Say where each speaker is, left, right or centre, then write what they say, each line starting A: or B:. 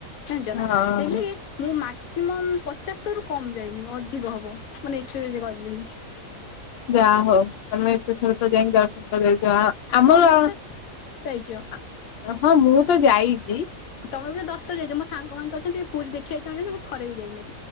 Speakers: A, on the left; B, on the left.
A: ଜାଣିଛ
B: ହଁ
A: ନା ସେ ଲି ମୁଁ ମାକ୍ସିମମ୍ ପଚାଶ ଥରରୁ କମ ଯାଇନି ଅଧିକ ହବ ମାନେ ଏତେ ଗଲିଣି।
B: ଯା ହଉ ତମେ ତ ଥରେ ତ ଯାଇକି ଯାଉଛ। <inaudible> ଆମର
A: ତମେ ବି ତ ଯାଇଛ
B: <inaudible> ହଁ ମୁଁ ତ ଯାଇଛି
A: ତମେ ବି ତ ଦଶ ଥର ଯାଇଚ ମୋ ସାଙ୍ଗମାନେ ତ ଅଛନ୍ତି ପୁରୀ ଦେଖିବାକୁ ଚାହୁଁଛନ୍ତି ଥରେ ବି ଯାଇନି